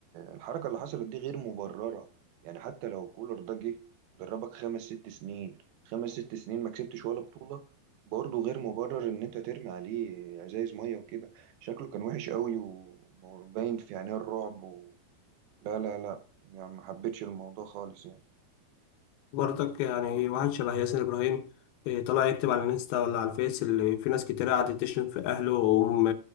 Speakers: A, on the right; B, on the left.
A: الحركة اللي حصلت دي غير مبررة يعني حتى لو كولر ده جه دربك خمس ست سنين خمس ست سنين ما كسبتش ولا بطولة برضه غير مبرر إن أنت ترمي عليه ازايز مية وكده شكله كان وحش قوي و- وباين في عينيه الرعب و... لا لا لا يعني ما حبيتش الموضوع خالص يعني
B: برضك يعني واحد شبه ياسر ابراهيم إيه، طلع يكتب على الانستا ولا على الفيس اللي في ناس كتير قعدت تشتم في اهله وهم